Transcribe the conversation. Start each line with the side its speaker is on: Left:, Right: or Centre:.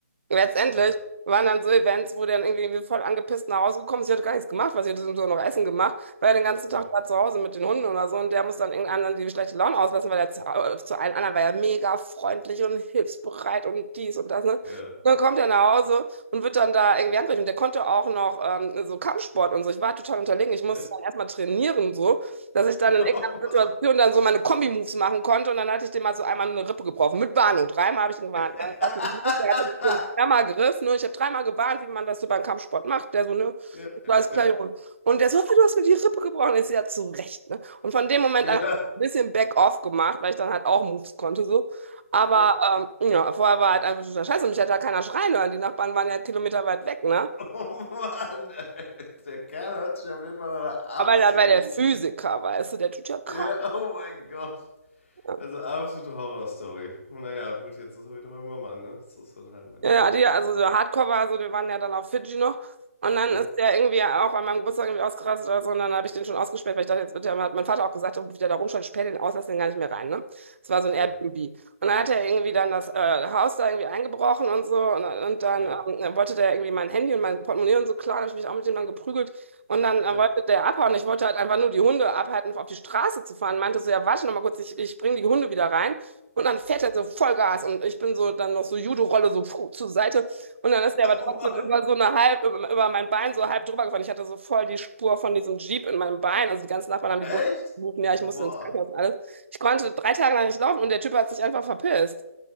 Right: Letztendlich
Left: Ja,
Right: waren dann so Events, wo der dann irgendwie voll angepisst nach Hause gekommen ist. Sie hatte gar nichts gemacht, weil sie hatte so so noch Essen gemacht. weil er den ganzen
Left: ja,
Right: Tag da zu Hause mit den Hunden oder so und der muss dann irgendeinem die schlechte Laune auslassen, weil er zu, äh, zu allen anderen war ja mega freundlich und hilfsbereit und dies und das, ne? Und
Left: ja. ja.
Right: Dann kommt er nach Hause und wird dann da irgendwie handgreiflich. Und der konnte auch noch ähm, so Kampfsport und so. Ich war total unterlegen. Ich musste
Left: Echt?
Right: dann erstmal trainieren, so, dass ich dann
Left: <laughs>
Right: in
Left: Oh
Right: irgendeiner Situation
Left: Mann.
Right: dann so meine Kombi-Moves machen konnte. Und dann hatte ich dem mal so einmal eine Rippe gebrochen. Mit Warnung. Dreimal habe ich ihn gewarnt.
Left: <laughs>
Right: Dann hat er mich gewusst, Der hatte mich so einen Klammergriff. Ne? Ich habe dreimal gewarnt, wie man das so beim Kampfsport macht. Der so, ne,
Left: Ja,
Right: das war alles
Left: ja,
Right: klar, Junge. Und der so, ah, du hast mir die Rippe gebrochen. Ich so, ja, zu Recht, ne? Und von dem Moment
Left: ja,
Right: an hab ich ein bisschen Back-off gemacht, weil ich dann halt auch Moves konnte, so. Aber
Left: ja.
Right: ähm, ja, vorher war halt einfach total scheiße. und Mich hat da keiner schreien hören. Die Nachbarn waren ja kilometerweit weg, ne?
Left: Oh Mann, ey. Der Kerl hört sich auf jeden Fall nach einer absoluten.
Right: Aber dann war der Physiker, weißt du, der tut ja kaum.
Left: Ja, oh mein Gott.
Right: ne?
Left: Also absolute Horrorstory. Naja, gut, jetzt ist er wieder bei meinem Mann, ne? Das ist dann halt manchmal
Right: Ja, ja,
Left: so.
Right: die, also so Hardcore war so, wir waren ja dann auf Fidschi noch. Und dann
Left: Ja.
Right: ist der irgendwie auch an meinem Geburtstag irgendwie ausgerastet oder so. Und dann habe ich den schon ausgesperrt, weil ich dachte, jetzt wird der, hat mein Vater auch gesagt, oh, wie der da rumschaut, sperr den aus, lass den gar nicht mehr rein, ne? Das war so ein
Left: Ja,
Right: Airbnb. Und dann hat er irgendwie dann das äh, Haus da irgendwie eingebrochen und so. Und, und dann
Left: ja,
Right: ähm, wollte der irgendwie mein Handy und mein Portemonnaie und so klar. Da habe ich mich auch mit dem dann geprügelt. Und dann äh,
Left: ja.
Right: wollte der abhauen. Ich wollte halt einfach nur die Hunde abhalten, auf die Straße zu fahren. Meinte so, ja, warte noch mal kurz, ich, ich bringe die Hunde wieder rein. Und dann fährt
Left: <laughs>
Right: er so Vollgas und ich bin so dann noch so Judo-Rolle so puh, zur Seite. Und dann ist er aber
Left: Oh
Right: trotzdem
Left: Mann.
Right: über so eine halb, über, über mein Bein so halb drüber gefahren. Ich hatte so voll die Spur von diesem Jeep in meinem Bein. Also die ganzen Nachbarn haben
Left: Echt?
Right: die Bullen gerufen, ja, ich
Left: Boah.
Right: musste ins Krankenhaus und alles. Ich konnte drei Tage lang nicht laufen und der Typ hat sich einfach verpisst.